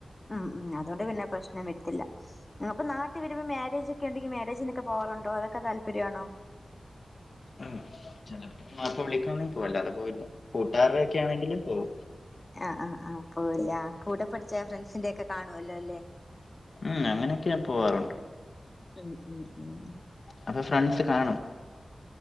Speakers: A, on the left; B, on the left.
A: ആഹ് മ്മ്ഹ് അതൊണ്ട് പിന്നെ പ്രശ്നം വെര്ത്തില്ല അപ്പൊ നാട്ടി വരുമ്പോ മാരേജ് ക്കെണ്ടെങ്കി മാരേജിനൊക്കെ പോവാറുണ്ടോ അതൊക്ക താല്പര്യണോ
B: മ്മ്ഹ് ചെലപ്പോ വാപ്പ വിളിക്കണെങ്കി പോവും അല്ലാതെ പോവില്ല കൂട്ടുരടെക്കെണെങ്കില് പോവും
A: ആഹ്ആഹ്ആഹ് പോവുല്ലാ കൂടെ പഠിച്ച ഫ്രണ്ട്സിന്റെയൊക്കെ കാണുവല്ലോ അല്ലേ
B: ഉം അങ്ങനെയൊക്കെ ഞാൻ പോവാറുണ്ട്
A: മ്മ്ഹ് മ്മ്ഹ് മ്മ്ഹ്
B: അപ്പൊ ഫ്രണ്ട്സ് കാണും